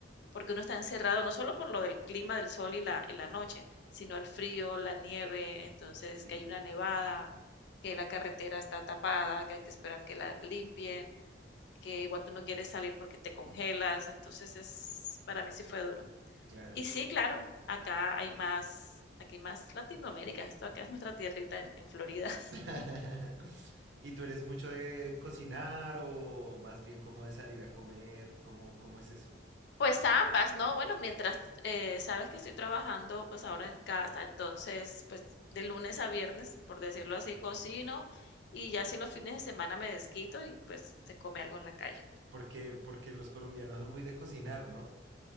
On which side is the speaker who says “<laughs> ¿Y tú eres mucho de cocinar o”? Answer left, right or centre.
Right